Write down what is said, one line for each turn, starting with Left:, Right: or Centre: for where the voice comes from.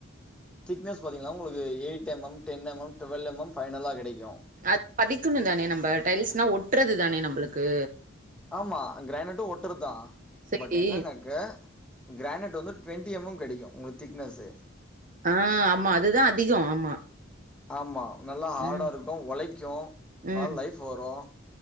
Centre: திக்னஸ் பாத்தீங்கன்னா உங்களுக்கு eight MM ten MM twelve MM ஃபைனலா கொடைக்கு
Right: அது பதிக்கிணு தானே நம்ப டைல்ஸ்னா ஒட்றது தானே நம்புளுக்கு
Centre: ஆமா கிரானெட்டு ஒட்டுறத்தா
Right: சேரி
Centre: பட் என்னன்னாக்க கிரானெட் வந்து ட்வெண்டி எம் எம் கெடைக்கு உங்களுக் திக்னஸு
Right: ஆ ஆமா அதுதா அதிகோ ஆமா
Centre: ஆமா நல்லா ஹாடா
Right: ம்
Centre: இருக்கு ஒழைக்கு
Right: ம்
Centre: நல்லா லைஃபு வரு